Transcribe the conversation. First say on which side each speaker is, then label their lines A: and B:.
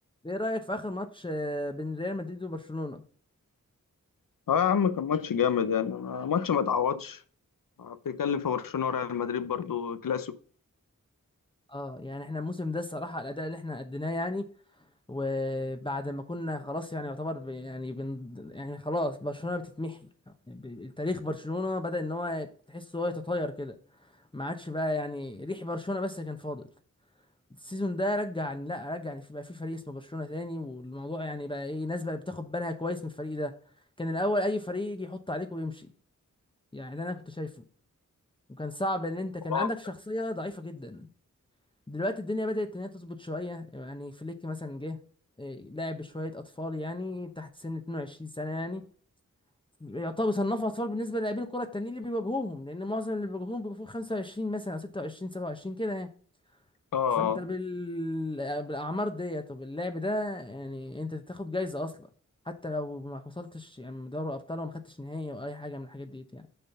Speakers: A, on the left (about 15°); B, on the left (about 85°).
A: ايه رأيك في آخر ماتش آه، بين ريال مدريد وبرشلونة؟
B: اه يا عم كان ماتش جامد يعني ما- ماتش ما اتعوضش بتتكلم في برشلونة وريال مدريد برضو كلاسيكو
A: اه يعني احنا الموسم ده الصراحة الأداء اللي احنا أديناه يعني وبعد ما كنا خلاص يعني يعتبر ب- يعني بن يعني خلاص برشلونة بتتمحي يعني ب- تاريخ برشلونة بدأ إن هو تحسه هو يتطاير كده ما عادش بقى يعني ريح برشلونة بس كان فاضل السيزون ده رجع لا رجع يعني في- بقى في فريق اسمه برشلونة تاني والموضوع يعني بقى ايه ناس بقى بتاخد بالها كويس من الفريق ده كان الأول أي فريق يجي يحط عليك ويمشي يعني ده أنا كنت شايفه وكان صعب ان انت كان
B: اه
A: عندك شخصية ضعيفة جدا دلوقتي الدنيا بدأت ان هي تظبط شوية يعني فليك مثلا جه إيه، لعب شوية أطفال يعني تحت سن 22 سنة يعني يعتبر صنفوا أطفال بالنسبة للاعبين الكرة التانيين اللي بيواجهوهم لأن معظم اللي بيواجهوهم بيبقوا فوق 25 مثلا أو 26 27 كده يعني
B: اه
A: فأنت بال... بالأعمار ديت وباللعب ده يعني أنت تاخد جايزة أصلا حتى لو ما وصلتش يعني دوري أبطال وما خدتش نهائي أو أي حاجة من الحاجات ديت يعني